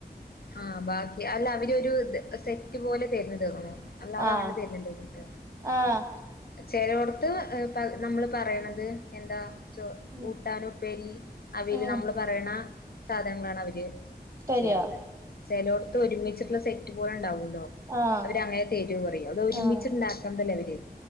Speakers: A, on the left; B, on the right.
A: ആ ബാക്കി അല്ല അവരൊരു സെറ്റ് പോലെ തരുന്നത് തോന്നുന്നു അല്ലാതെ
B: ആഹ്
A: അങ്ങനെ തെർണില്ലാ തോന്ന്ണ്ട്
B: ആഹ്
A: ചെലോട്ത്ത് നമ്മള് പറയ്ണത് എന്താ ചോ
B: ഉം
A: കൂട്ടാന് ഉപ്പേരി അവീല്
B: ഉം
A: നമ്മള് പറയ്ണ സാധനങ്ങളാണ് അവര്
B: തരുവോ
A: ചെയ്യ്ണത് ചെലോട്ത്ത് ഒരുമിച്ച്ട്ട്ള്ള സെറ്റ് പോലെണ്ടാവൂലോ
B: ആഹ്
A: അവര് അങ്ങനെ എരുകുറയും അത് ഒരുമിച്ച്ണ്ടാക്ക്ണതല്ലേ
B: ആഹ്
A: അവര്